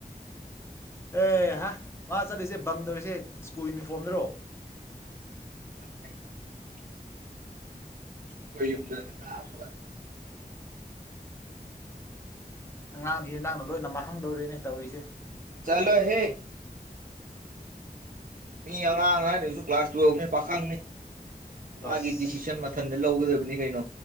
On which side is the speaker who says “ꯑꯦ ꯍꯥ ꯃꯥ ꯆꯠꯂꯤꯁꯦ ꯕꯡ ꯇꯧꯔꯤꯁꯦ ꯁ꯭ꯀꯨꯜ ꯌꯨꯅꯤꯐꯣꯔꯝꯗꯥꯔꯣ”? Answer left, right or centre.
Left